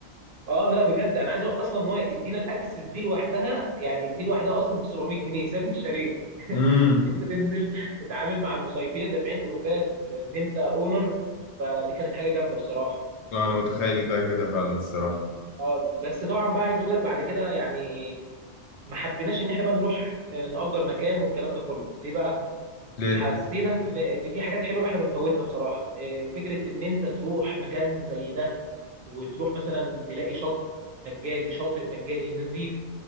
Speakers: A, on the right (about 60°); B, on the left (about 75°).
A: اه لا بجد انا عايز اقول اصلا ان هو يدينا الاكسس دي لوحدها يعني دي لوحدها اصلا ب 700 جنيه سعر مش شاليه <laughs>
B: امم
A: ان انت تنزل تتعامل مع المصيفين اللي دافعين الوفات ان انت اونر فدي كانت حاجه جامده بصراحه
B: لا انا متخيل ده كده فعلا الصراحة
A: اه بس طبعا بقى عايز اقول لك بعد كده يعني ما حبيناش ان احنا بقى نروح آه، نأجر مكان والكلام ده كله ليه بقى
B: ليه
A: حسينا ان إن في حاجات حلوه احنا بنفوتها بصراحه آه، فكره ان انت تروح مكان زي ده وتروح مثلا تلاقي شط مجاني شاطئ مجاني نظيف